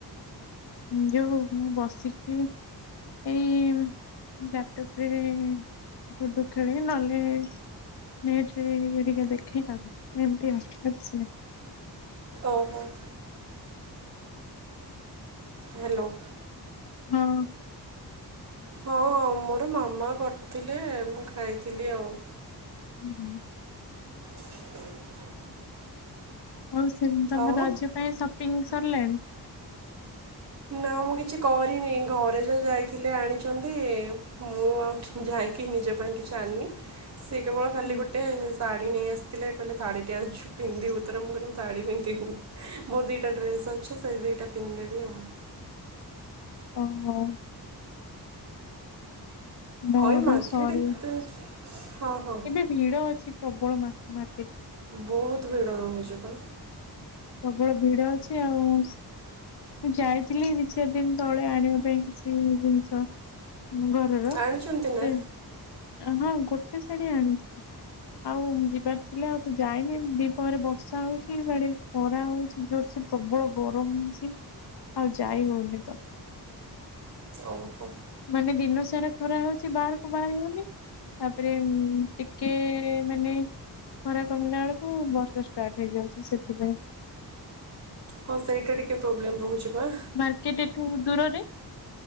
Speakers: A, on the left; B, on the right.
A: ଯୋଉ ମୁଁ ବସିକି ଏଇ ଲାପଟପ୍ ରେ ଲୁଡୁ ଖେଳେ ନହେଲେ ନାଇଁ ଯେ ଇଏ ଟିକେ ଦେଖେ ଆଉ ଏମିତି ଆଉ। ଆଉ କିଛି ନାଇଁ।
B: ଓହୋଃ। ହ୍ୟାଲୋ?
A: ହଁ।
B: ହଁ ମୋର ମାମା କରିଥିଲେ ମୁଁ ଖାଇଥିଲି ଆଉ।
A: ହୁଁ ହୁଁ
B: <inaudible>
A: ହଉ ସେ ତମ
B: ଆଉ
A: ରଜ ପାଇଁ ସପିଙ୍ଗ୍ ସରିଲାଣି।
B: ନା ମୁଁ କିଛି କରିନି ଘରେ ଯେଉ ଯାଇଥିଲି ଆଣିଛନ୍ତି ମୁଁ ଆଉି ଯାହାକି ନିଜ ପାଇଁ କିଛି ଆଣିନି ସେ କେବଳ ଖାଲି
A: ହଁ।
B: ଗୋଟେ ଶାଢୀ ନେଇ ଆସିଥିଲେ କହିଲେ ଶାଢୀ ଆଣିଛୁ ପିନ୍ଧିବୁ ତ ମୁ କହିଲି ମୁଁ ଶାଢୀ ପିନ୍ଧିବିନି। ମୋର ଦିଟା ଡ୍ରେସ୍ ଅଛି ସେ ଦିଟା ପିନ୍ଧିଦେବି ଆଉ।
A: ଓହୋ। ମୋର
B: ଆଉ ଏ ମାର୍କେଟ
A: ସରି
B: ଏତେ ହଁ ହଁ
A: ଏବେ ଭିଡ ଅଛି ପ୍ରବଳ ମା ମାତେ
B: ବହୁତ ଭିଡ ରହୁଛି ପା
A: ପ୍ରବଳ ଭିଡ ଅଛି ଆଉ ମୁଁ ଯାଇଥିଲି ଦି ଚାରି ଦିନ ତଳେ ଆଣିବା ପାଇଁ କିଛି ଜିନିଷ। ଘରର
B: ଆଣିଛନ୍ତି ନା
A: ସେ ହଁ ଗୋ ଗୋଟେ ଶାଢୀ ଆଣି ଆଉ ଯିବା ଥିଲା ଆଉ ତ ଯାଇନି ଦିପହରେ ବର୍ଷା ହଉଛି ବାଡିକୁ। ଖରା ହଉଛି ଜୋରସେ ପ୍ରବଳ ଗରମ ହଉଛି ଆଉ ଯାଇ ହଉନି ତ
B: ଓ ହୋ।
A: ମାନେ ଦିନ ସାରା ଖରା ହଉଚି ବାହାରକୁ ବାହାରି ହଉନି। ତାପରେ ଟିକେ ମାନେ ଖରା କମିଲା ବେଳକୁ ବର୍ଷା ଷ୍ଟାର୍ଟ୍ ହେଇଯାଉଛି ସେଥିପାଇଁ।
B: ହଁ ସେଇଟା ଟିକେ ପ୍ରୋବ୍ଲେମ୍ ରହୁଛି ବା।
A: ମାର୍କେଟ୍ ଏଠୁ ଦୂରରେ